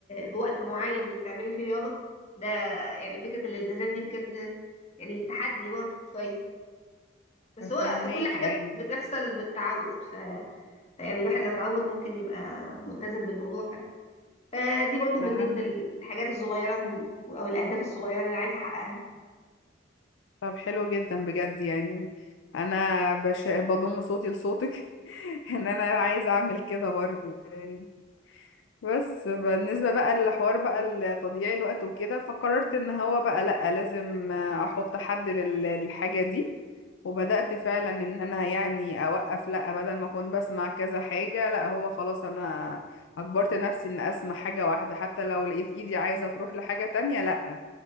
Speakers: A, on the left (about 35°); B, on the left (about 75°).
A: بوقت معين انك تعملي فيه رياضة ده يعني فكرة الالتزام دي بجد يعني تحدي برضو شوية بس هو
B: فهماكي
A: كل حاجة
B: ايوه
A: بتحصل بالتعود ف... فيعني الواحد لو اتعود ممكن يبقى ملتزم بالموضوع فعلا فدي برضو
B: معاك.
A: من ضمن الحاجات الصغيرة او الاهداف الصغيرة اللي انا عايزة احققها
B: طب حلو جدا بجد يعني انا بش... بضم صوتي لصوتك <laughs> ان انا عايزه اعمل كده برضو يعني بس بالنسبه بقى للحوار بقى لتضييع الوقت وكده فقررت ان هو بقى لا لازم احط حد لل- للحاجه دي وبدات
A: م.
B: فعلا ان انا يعني اوقف لا بدل ما اكون بسمع كذا حاجه لا هو خلاص انا اجبرت نفسي ان اسمع حاجه واحده حتى لو لقيت ايدي عايزه تروح لحاجه تانية لا